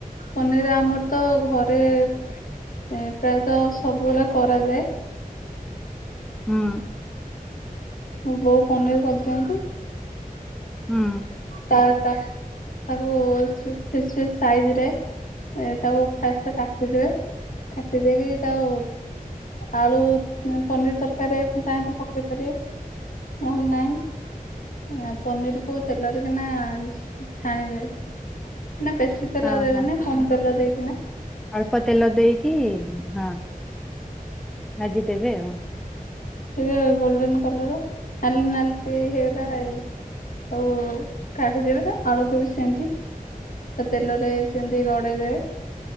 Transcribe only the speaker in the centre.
ହୁଁ
ହୁଁ
ହଁ
ହଁ
ଅଳ୍ପ ତେଲ ଦେଇକି ହଁ ଭାଜିଦେବେ ଆଉ।